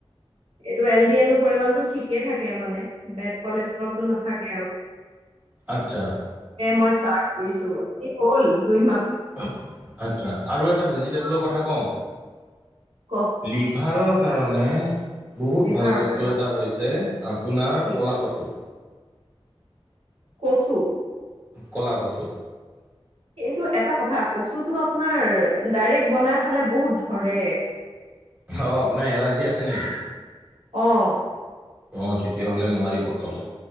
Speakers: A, on the right (about 75°); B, on the right (about 15°).
A: এইটো এল ডি এলৰ পৰিমমানতটো ঠিকে থাকে মানে বেড কলেষ্ট নাথাকে আৰু
B: আচ্ছা
A: মই ষ্টাৰ্ট কৰিছোঁ হ'ল দুই মাহ
B: আচ্ছা আৰু এটা ভেজিটেবলৰ কথা কওঁ
A: কওক
B: লিভাৰৰ কাৰণে বহুত
A: লিভাৰৰ
B: ভাল বস্তু
A: কাৰণে
B: এটা হৈছে আপোনাৰ
A: কি
B: ক'লা কছোঁ
A: কচু
B: কলা কচু
A: টো এটা কথা কচুটো আপোনাৰ ডাইৰেক্ট বনাই খালে বহুত ধৰে
B: অ'আপোনাৰ এলাৰ্জি আছে নেকি
A: আহ।
B: অ' তেতিয়াহ'লে নোৱাৰিব খালো